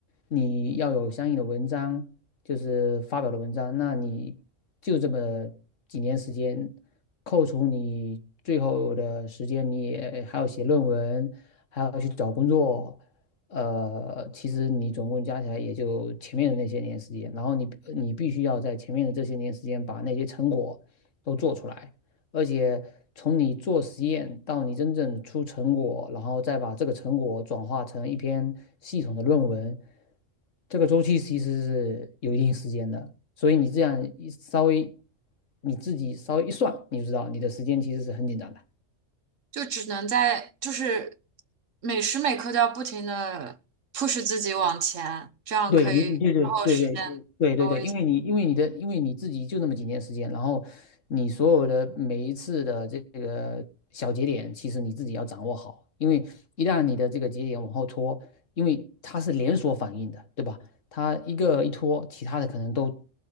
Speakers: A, on the left; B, on the right.
A: 你要有相应的文章，就是发表的文章，那你就这么几年时间，扣除你最后的时间，你也还要写论文，还要去找工作。呃，其实你总共加起来也就前面的那些年时间，然后你你必须要在前面的这些年时间把那些成果都做出来，而且从你做实验到你真正出成果，然后再把这个成果转化成一篇系统的论文，这个周期其实是有一定时间的，所以你这样一稍微你自己稍微一算，你就知道你的时间其实是很紧张的。
B: 就只能在就是每时每刻都要不停的 push 自己往前，这样可以之后时间多一些。
A: 对你，对对对对对对对，因为你因为你的因为你自己就那么几年时间，然后你所有的每一次的这个小节点，其实你自己要掌握好，因为一旦你的这个节点往后拖，因为它是连锁反应的，对吧？它一个一拖，其他的可能都